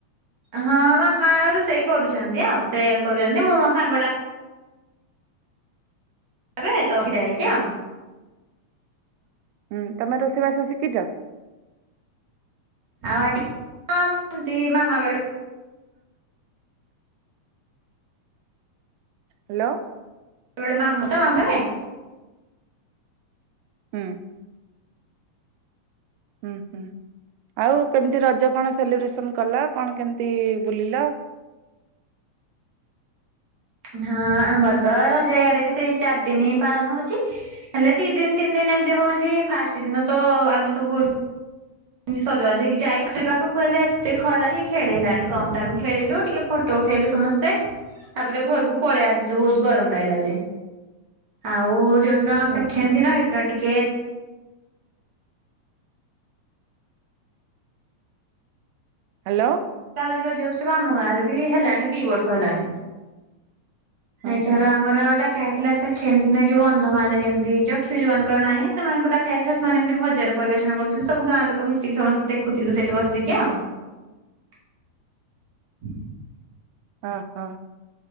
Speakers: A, on the right; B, on the right.
A: ହଁ ମାମା ରୁସେଇ କରୁଚନ୍ତି ଆଉ ସେ କରୁଛନ୍ତି ମୁଁ ମୋ ସାଙ୍ଗ ଟା ଏବେ ତ ଛିଡା ହେଇଛି ଆଉ।
B: ହୁଁ ତମେ ରୋଷେଇବାସ ଶିଖିଚ?
A: ଆଉଜିତି ମାାମ ବେଳ
B: ହ୍ୟାଲୋ।
A: ସେବେଳେ ମାମୁ ତ ମାମୁ ରେ -
B: ହୁଁ। ହୁଁ ହୁଁ ଆଉ କେମିତି ରଜ କଣ ସେଲିବ୍ରେସନ କଲ କଣ କେମିତି ବୁଲିଲ?
A: ହଁ ଆମର ତ ରଜ ଆଡେ ବି ସେଇ ଚାରି ଦିନ ହିଁ ପାଳନ ହଉଛି। ହେଲେ ଦି ଦିନ ତିନି ଦିନ ଏମିତି ହଉଛି ଫାଷ୍ଟ ଦିନ ତ ଆମେ ସବୁ ଏମିତି ସଜବାଜ ହେଇି ଯାଇ ସେ ପାଖକୁ କହେ ଏତେ ଖରାପ ଖେଳି ହେଲାଣି କମ ଟାଇମ ଖେଳିଲୁ ଟିକେ ପଟ ଉଠେଇଲୁ ସମସ୍ତେ ତାପରେ ଘରକୁ ପଳେଇ ଆସିଲୁ ବହୁତ ଗରମ ଲାଗିଲା ଯେ ଆଉ ଯୋଉଦିନ
B: ହୁଁ
A: ସେ ଖଣିଦିନ
B: ହୁଁ
A: ଏଇଦିନ ଟିକେ
B: ହ୍ୟାଲୋ।
A: ଉ ରଜ ହଛି ବା ଆମ ଗାଁରେ ବି ହେଲାଣି ଦି ବର୍ଷ ହେଲାଣି।
B: ହୁଁ
A: ଏଇଥର
B: ହୁଁ
A: ଆମର ଡା ଖାଇଥିଲା ସେ ଖେ ଦିନ ଯୋଉ ଅନ୍ଧ ମାନ ଯେମିତି ଚକ୍ଷୁ ଯୋଉାନଙ୍କର ନାହିଁ ସେମାନଙ୍କଟା ଯାଇଥିଲା। ମେ ଏମିତି ଭଜନ ପରିବେଷ କରୁଥିଲେ ସବୁ ଗାଁ ଲୋକ ମିଶିକି ସମସ୍ତେ ଦେଖୁଥିଲୁ ସେଠି ବସିକି ଆଉ। <inaudible>
B: ଓହୋ